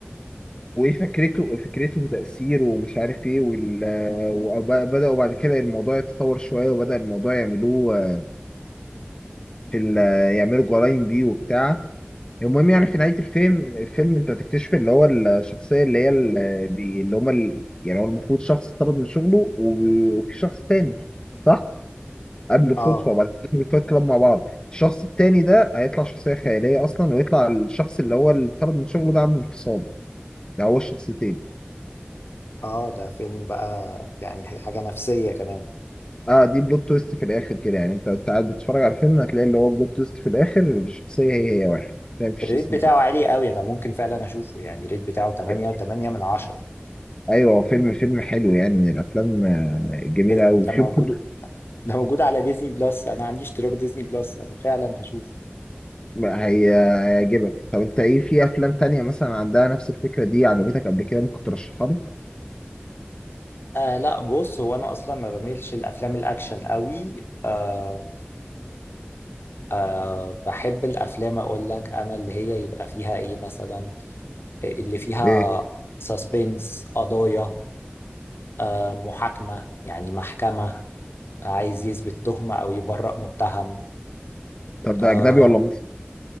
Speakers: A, on the left (about 20°); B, on the left (about 70°).
A: وايه فكرته فكرته وتأثيره ومش عارف ايه وال... وبدأوا بعد كده الموضوع يتطور شوية وبدأ الموضوع يعملوه آه، في ال... يعملوا جرايم بيه وبتاع المهم يعني في نهاية الفيلم الفيلم انت هتكتشف اللي هو الشخصية اللي هي ال- بي- اللي هما ال- يعني هو المفروض شخص طرد من شغله و- وفي شخص تاني صح؟ قابله
B: اه
A: صدفة وبعد كده الفايت كلاب مع بعض الشخص التاني ده هيطلع شخصية خيالية أصلا ويطلع الشخص اللي هو اللي طرد من شغله ده عنده انفصام ده هو الشخصيتين
B: اه ده فيلم بقى يعني حاجه نفسيه كمان
A: اه دي بلوت تويست في الآخر كده يعني انت أنت قاعد بتتفرج على الفيلم هتلاقي اللي هو بلوت تويست في الآخر الشخصية هي هي واحد ده مفيش
B: الريت
A: اسمه
B: بتاعه عالي قوي انا ممكن فعلا اشوفه يعني الريت بتاعه 8
A: كده
B: و8 من 10
A: ايوه فيلم فيلم حلو يعني من الافلام آه، الجميله
B: ايه ده
A: قوي
B: ده
A: في
B: موجود
A: برضه
B: ده موجود على ديزني بلس انا عندي اشتراك ديزني بلس انا فعلا هشوفه
A: لا، هي هيعجبك طب انت ايه في افلام تانية مثلا عندها نفس الفكرة دي عجبتك قبل كده ممكن ترشحها لي
B: آه لا بص هو انا اصلا ما بميلش الافلام الاكشن قوي آه أه بحب الأفلام أقول لك أنا اللي هي يبقى فيها إيه مثلا اللي فيها
A: ايه
B: سسبنس قضايا أه محاكمة يعني محكمة عايز يثبت تهمة أو يبرأ متهم
A: طب ده
B: أه
A: اجنبي ولا مصري